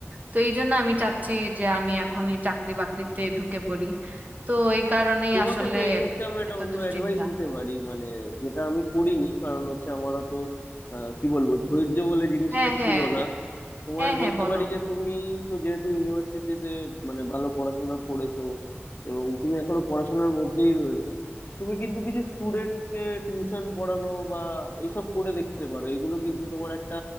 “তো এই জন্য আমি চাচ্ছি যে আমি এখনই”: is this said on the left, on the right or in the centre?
Right